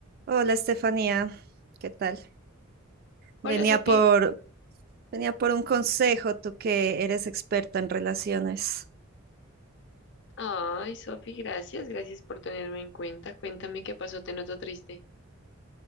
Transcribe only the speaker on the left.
Hola, Sofi.
Ay, Sofi, gracias, gracias por tenerme en cuenta. Cuéntame qué pasó, te noto triste.